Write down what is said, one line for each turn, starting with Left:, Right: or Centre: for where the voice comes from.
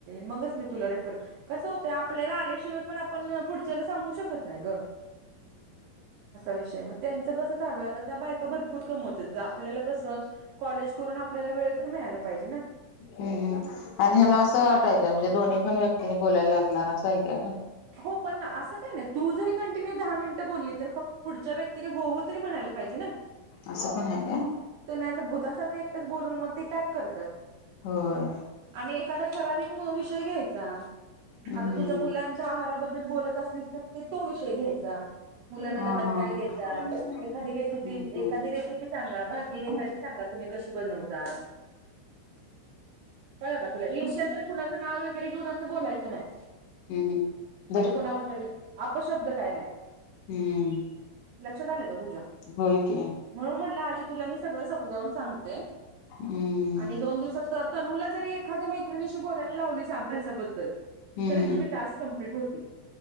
Right: म मी तु रेर कस आपल्या आल्याशियण पण पुढच्याला सांगू शकत नाही ग विषय मग त्यांच कसं चालू आहेता त्या बायका भरपूर कमवत ग आपल्याला कस कॉलेज करून आपल्याला वेळ तर मिळायला पाहिजे ना
Left: हम् आणि ह्याला असं वाट ऐकाय म्हणजे दोन्ही पण व्यक्तीनी बोलायला लागणार असं ऐ काय मणत
Right: हो पण ना असं काय नाही तू जरी कंटिन्यू दहा मिनिटं बोलली तर फ पुढच्या व्यक्तीने हो हो तरी म्हणायला पाहिजे ना
Left: असं पण आहे काय
Right: त नाही तर भूतासारखं एकटंच बोलून मग ते <unintelligible> करतात
Left: होय
Right: आणि एखादा ठराविक म अ विषय घ्यायचा
Left: हम्म
Right: आता तुझ्या मुलां आहाराबद्दल बोलत असलीस तर ते तो विषय घ्यायच मुला
Left: हा
Right: बकाय
Left: हा
Right: घेत
Left: हम्म
Right: एखादी रेसिपी
Left: हम्म
Right: एखादी
Left: हम्म
Right: रेसिपी सांगा भाजी एखादी सांगा तुम्ही कशी बनवता कळ ना तुला एशियातं कुणाचं नाव वगैरे घेऊन असं बोलायचं नाही
Left: हम्म
Right: म्हणजे
Left: धर
Right: कोणाबद्दल अशब्द काही नाही
Left: हम्म
Right: लक्षात आलं का तुझ्या
Left: होय की
Right: म्हण म्हटलं आध तुला मी सगळं समजावून सांगते
Left: हम्म
Right: आणि दोन दिवसात तर तनूला जरी एखाद्या मैत्रिशी बोलायला लावली अभ्यासाबद्दल
Left: हम्म
Right: तरी तुझी टास्क कंप्लीट होतील